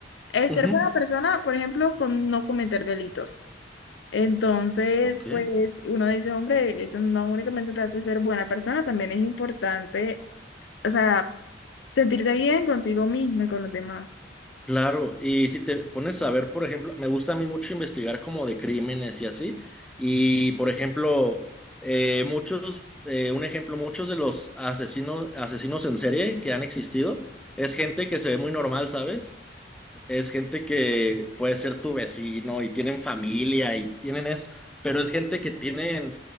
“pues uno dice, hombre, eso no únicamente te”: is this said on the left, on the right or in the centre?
Left